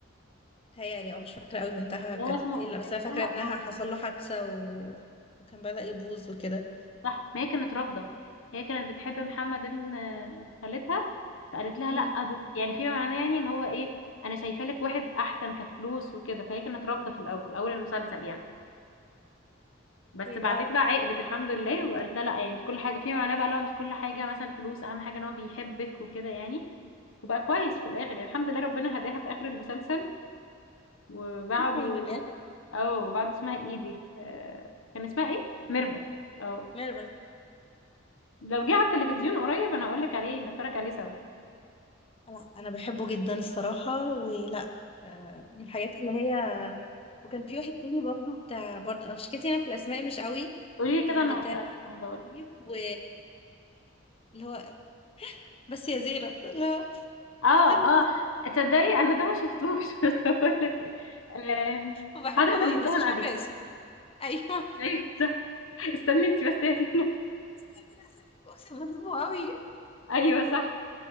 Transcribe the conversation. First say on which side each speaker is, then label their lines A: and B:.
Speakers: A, on the left; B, on the left.
A: تهيألي او مش فاكره قوي بنتها
B: اللي
A: كانت
B: هو اسمه
A: ايه
B: بنتها
A: لا بس انا فاكره ابنها
B: اه
A: حصل له حادثه و... وكان بدأ يبوظ وكده
B: صح ما هي كانت رافضة هي كانت بتحب محمد ابن آه، خالتها فقالت لها
A: امم
B: لا دول يعني في معناه يعني ان هو ايه انا شايفه لك واحد احسن كفلوس وكده فهي كانت رافضة في الاول اول المسلسل يعني بس
A: ايه
B: بعدين
A: اه
B: بقى عقلت الحمد لله وقالت لها لا يعني مش كل حاجة في معناه بقى لو مش كل حاجة مثلا الفلوس اهم حاجة ان هو بيحبك وكده يعني وبقى كويس في الاخر يعني الحمد لله ربنا هداها في اخر المسلسل وبعده
A: الحمد لله
B: اه وبعده اسمها ايه دي آه، كان اسمها ايه ميرفت اه
A: ميرفت
B: لو جه على التلفزيون قريب انا هقول لك عليه نتفرج عليه سوا
A: انا أنا بحبه جدا الصراحه ولا آه، من الحاجات اللي هي وكان في واحد تاني برضو بتاع برضه شكيتي انا في الاسماء مش قوي
B: قولي لي
A: كان
B: كده انا
A: بتاع
B: هسألك في الموضوع ده.
A: شريف و اللي هو بس يا زينب اللي هو
B: اه
A: استني يا زينب
B: اه تصدقي انا ده ما شفتوش <laughs> بس هقول لك إيه. آم،
A: وبحبه
B: حضرة
A: قوي
B: المتهم
A: بس مش
B: ابي
A: فاكره اسمه <laughs> ايوه
B: ايوه صح استني انت بس يا سينا
A: استني يا زينب اقسم بالله بحبه قوي
B: <laughs> ايوه صح